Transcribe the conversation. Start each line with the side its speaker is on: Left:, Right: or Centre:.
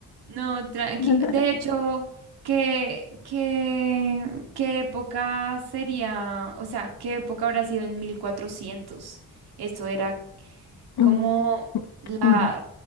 Right: No, tranqui.
Left: <laughs>
Right: De hecho, ¿qué, qué, qué época sería? O sea, ¿qué época habrá sido en mil cuatrocientos. Esto era
Left: Mm,
Right: como la,
Left: mm.